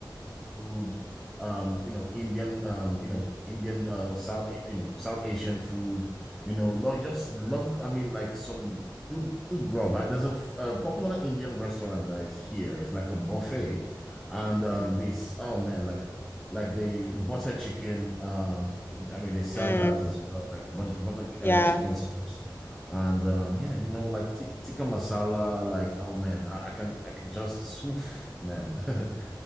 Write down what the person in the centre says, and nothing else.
food, um, you know, Indian, um, you know, Indian, uh, South, you know, South Asian food, you know, like just love. I mean, like some good, good grub. Uh, There's a, f- a popular Indian restaurant that is here. It's like a buffet, and um,
this oh man, like like the butter chicken. Uh, I mean, they serve
that as well, like butter, butter
uh, chicken sauce. And um, yeah, you know, like tik- tikka masala, like oh man, I, I can I can just, oof, man. <laughs>